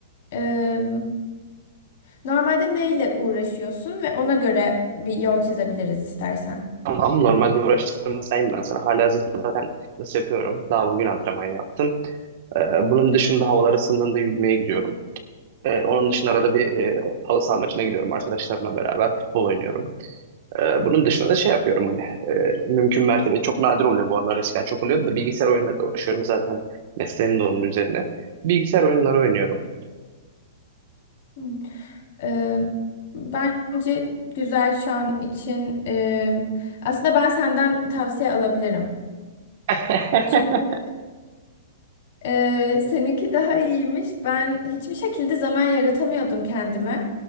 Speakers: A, on the left; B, on the right.
A: e, normalde neyle uğraşıyorsun ve ona göre bir yol çizebiliriz istersen.
B: Ama ama normalde uğraştıklarımı sayayım ben sana. Halihazırda zaten nasıl yapıyorum? Daha bugün antrenman yaptım. Ee, bunun dışında havalar ısındığında yüzmeye gidiyorum. Ee, onun dışında arada bir e, halı saha maçına gidiyorum arkadaşlarımla beraber. Futbol oynuyorum. Ee, bunun dışında da şey yapıyorum hani e, mümkün mertebe çok nadir oluyor bu aralar eskiden çok oluyordu da bilgisayar oyunlarıyla uğraşıyorum zaten mesleğim de onun üzerine. Bilgisayar oyunları oynuyorum.
A: Hmm. Eee, bence güzel şu an için. eee, aslında ben senden tavsiye alabilirim.
B: <laughs>
A: Çünkü Ee, seninki daha iyiymiş. Ben hiçbir şekilde zaman yaratamıyordum kendime.